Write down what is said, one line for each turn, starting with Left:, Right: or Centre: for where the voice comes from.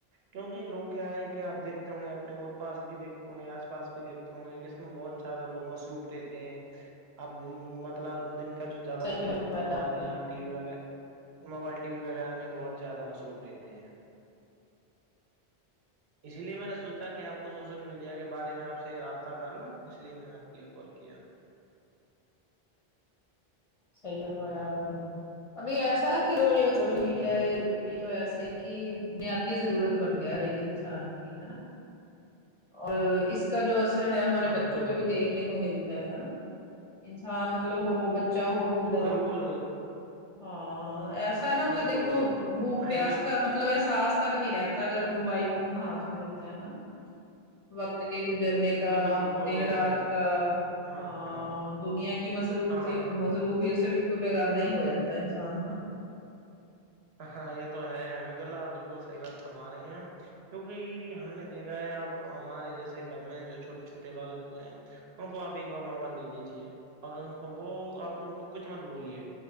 Right: کیوںکہ لوگ کیا ہے کہ آپ دھتے ہوں گے اپنے اور پاس بھی دیکتے ہوں گے آس پاس بھی دیکھتے اس میں بہت زیادہ لوگ مصروف رہتے ہیں اب مطلب دن کا جو زیادہ
Left: صحیح
Right: سمے
Left: فرمایا
Right: ہے وہ موبائل
Left: آپ
Right: یہاں ٹی وی وہ موبائل ٹی وی وغیرہ میں بہت زیادہ مصروف رہتے ہیں اسی لیے میں نے سوچا کہ آپ کو سوشل میڈیا یا کے بارے میں آپ سے رابطہ کر لوں اس لیے میں نے آپ کے لیے کال کیا
Left: صحی بنوایا ابھی ایسا ہے کہ سشل میڈ
Right: ہاں
Left: بھی تو ایسے ہے کہ بنیادی ضرورت بن گیا اور ایک انسان کی اور اس کا جو ہمارے
Right: ہاں
Left: بچوں
Right: بالکل
Left: پہ بھی
Right: بالکل
Left: دیکھنے کو ملتا ہے نا انسان مطلب ہو <unintelligible>
Right: بالکل
Left: نا اسے
Right: بالکل
Left: دیکو
Right: بالکل
Left: بوک
Right: احمد
Left: پیاس
Right: ال
Left: کا مب مطلب احساس تک نہیں رہتا اگر موبائل فون ہاتھ میں ہوتا ہے نا وقت کے گزرنے کا
Right: بالکل بالکل
Left: دن رات کا
Right: ہاں
Left: ہ
Right: ہاں
Left: دنیا کی مصروف
Right: ہاں
Left: سے مصرو بھیڑ سے بالکل بگار نہیں ہو جاتا انسان
Right: ہاں یہ تو ہے احمد اللہ آ بالکل صحیح بات فرما رہی ہیں کیونکہ ہم نے دیکھا ہے اب ہمارے جیسے گھر میں جو چھوٹے چھوٹے بالک ہیں ان کو آپ ایک بار موبائل دے دیجیے اور ان کو وہ آپ ان کو کچھ مت بولیے